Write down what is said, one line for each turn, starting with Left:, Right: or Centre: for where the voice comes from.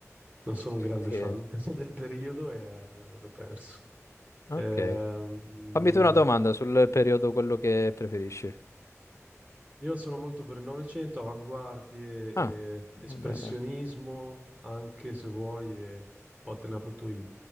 Right: non sono un grande
Left: Sì,
Right: fan <laughs> del periodo e ne ero perso.
Left: ok.
Right: Ehm,
Left: Fammi tu una domanda sul periodo quello che preferisci.
Right: io sono molto per il Novecento, avanguardie,
Left: Ah,
Right: e
Left: va
Right: espressionismo,
Left: bene.
Right: anche se vuoi, e poi te la butto io.